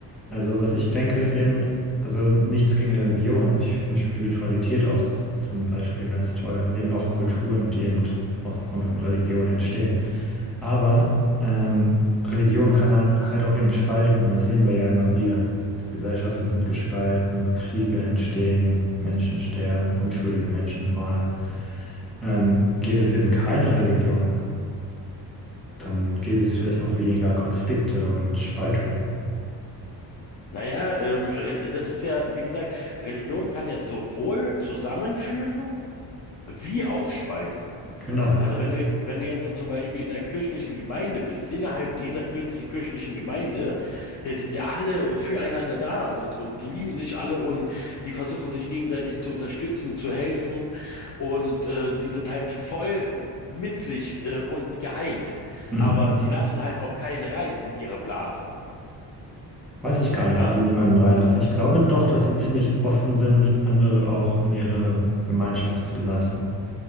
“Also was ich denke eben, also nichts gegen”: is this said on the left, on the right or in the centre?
Centre